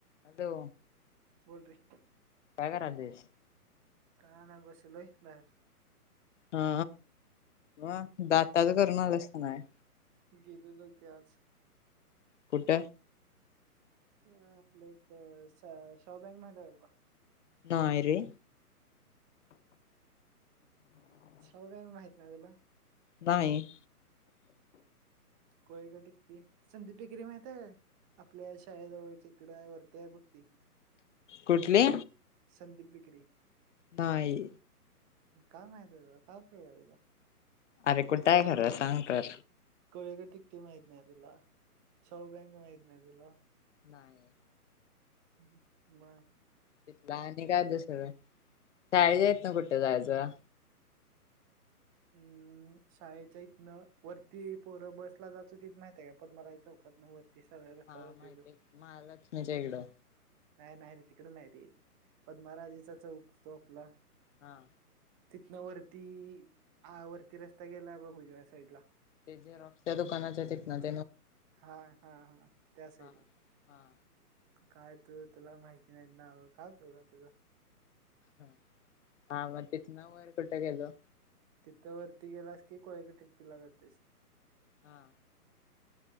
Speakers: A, on the left (about 50°); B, on the right (about 20°).
A: Hello
B: बोल रे.
A: काय करालेस?
B: काय नाही बसलोय बाहेर.
A: हा म दाताच करून आल्यास की नाही.
B: गेलेली की आज.
A: कुठ?
B: आपलं इथ शाहू बँक माहती आहे का तुला?
A: नाय रे.
B: शाहू बॅंक माहित नाही तुला.
A: नाही.
B: कोय का टिकती. संदीप बेकरी माहितीय आपल्या शाळेजवळच्या इकड वरती आहे बघती.
A: कुठले?
B: संदीप बेेकरी.
A: नाही.
B: काय माहती आहे तुला काय उपयोग आहे तुझा.
A: अरे कुठय खरं सांग तर.
B: कोळीची टिक्टी माहित नाही तुला, शाहू बॅंक माहित नाही तुला,
A: नाही.
B: म.
A: तिथला आणि काय अभ्यास आहे शाळेच्या हितन कुठं जायचं.
B: हम्म शाळेच्या इथनं वरती पोरं बसला जात माहित आहे पदमालाय चौकात ना वर ति सार व्यस्थते
A: हा माहिती
B: जो
A: महालक्ष्मीच्या इकडं
B: नाही नाही रे तिकडे नाही रे. पण पदमराजेचा चौक तो आपला.
A: हा.
B: तिथनं वरती, हा वरती रस्ता गेलाय बघ ऊजव्या साईड ला
A: ते झेरॉक्स च्या दुकानाच्या तिथनंन
B: हा-हा-हा त्या साइडला.
A: हा हा
B: काय तू तुला माहिती नाहीत नाव काय उपयोग हाय तुझा?
A: ह हा मग तिथनं वर कुठं गेलो?
B: तिथं वरती गेलास की कोळयाच्या तिकटीला जातोयस.
A: हा